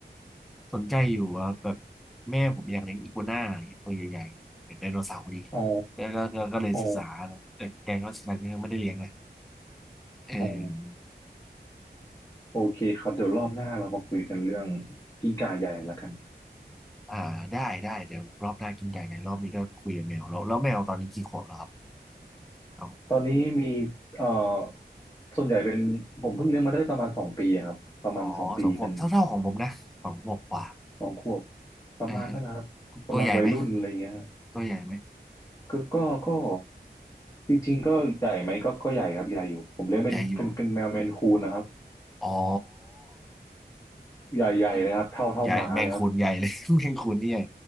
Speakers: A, in the centre; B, on the left.
A: สนใจอยู่ว่าแบบแม่ผมอยากเลี้ยงอีกัวน่าเนี่ยตัวใหญ่ๆเป็นไดโนเสาร์ดี
B: อ๋อ
A: แล้วก็ก็ก็เลยศึกษาแล้วแต่แต่ก็สุดท้ายก็ยังไม่ได้เลี้ยงนะ
B: อ๋อ
A: เออ
B: อ๋อ โอเคครับเดี๋ยวรอบหน้าเรามาคุยกันเรื่องกิ้งก่าใหญ่ละกัน
A: อ่าได้ได้เดี๋ยวรอบหน้ากินใหญ่ไงรอบนี้ก็คุยกับแมวแล้วแล้วแมวตอนนี้กี่ขวบแล้วครับเอา
B: <laughs> ตอนนี้มีเอ่อส่วนใหญ่เป็นผมเพิ่งเลี้ยงมาได้ประมาณสองปีครับประมาณสองปีกัน
A: อ๋อสองขวบเท่าๆของผมนะสองขวบกว่า
B: สองขวบประมาณนั้นนะครับกำลังวัยรุ่นอะไรเงี้ยครับ
A: อ่าฮะตัวใหญ่ไหมตัวใหญ่ไหม
B: ก็ก็ก็จริงๆก็ใหญ่ไหมก็ก็ใหญ่ครับใหญ่อยู่ผมเลี้ยงเป็นเป็นเป็นแมวเมนคูนนะครับ
A: ใหญ่อยู่อ๋อ
B: ใหญ่ใหญ่เลยครับเท่าเท่าหมาเลยครับ
A: อืมใหญ่แมงคูนใหญ่เลย <laughs> แมงคูนนี่ใหญ่